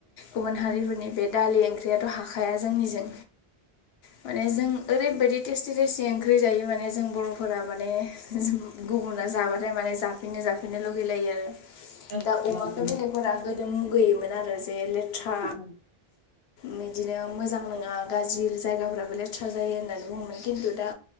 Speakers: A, on the left; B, on the right.
A: गुबुन हारिफोरनि बे दालि ओंख्रियाथ' हाखाया जोंनिजों माने जों ओरैबायदि टेस्टि टेस्टि ओंख्रि जायो माने जों बर'फोरा माने गुबुना जाबाथाय माने जा बिदिनो जाफिनो लुगैलायो आरो दा
B: औ
A: अमाखौ
B: नंगौ उम
A: बेलेगफोरा गोदो मुगैयोमोन आरो जे लेथ्रा
B: उम उम
A: बिदिनो मोजां नङा गाज्रि जायगाफ्राबो लेथ जायो होननानै बुङोमोन खिन्थु दा